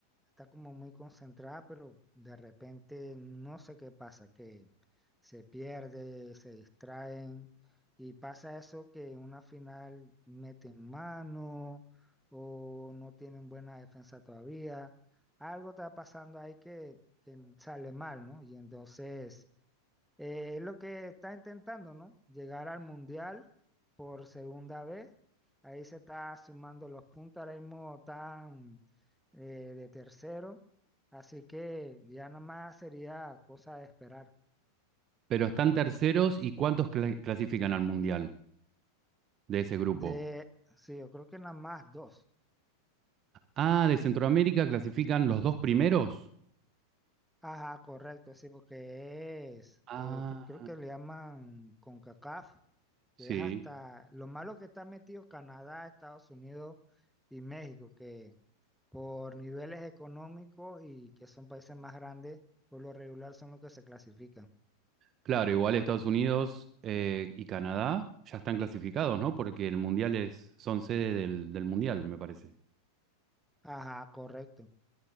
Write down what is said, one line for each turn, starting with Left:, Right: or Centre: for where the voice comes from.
Centre: está como muy concentrada, pero de repente no sé qué pasa, que se pierde, se distraen y pasa eso que en una final meten mano o no tienen buena defensa todavía. Algo está pasando ahí que, que sale mal, ¿no? Y entonces... Eh, es lo que está intentando, ¿no? Llegar al Mundial por segunda vez. Ahí se está sumando los puntos, ahora mismo están eh, de tercero. Así que ya nada más sería cosa de esperar.
Right: pero están terceros y ¿cuántos cla- clasifican al Mundial de ese grupo?
Centre: De, sí, yo creo que nada más dos.
Right: Ah, de Centroamérica clasifican los dos primeros.
Centre: Ajá, correcto, sí, porque es,
Right: Ah,
Centre: eh, creo que le llaman CONCACAF, que
Right: sí.
Centre: es hasta lo malo que está metido Canadá, Estados Unidos y México, que por niveles económicos y que son países más grandes, por lo regular son los que se clasifican.
Right: Claro, igual Estados Unidos eh, y Canadá ya están clasificados, ¿no? Porque el Mundial es, son sede del, del Mundial, me parece.
Centre: Ajá, correcto.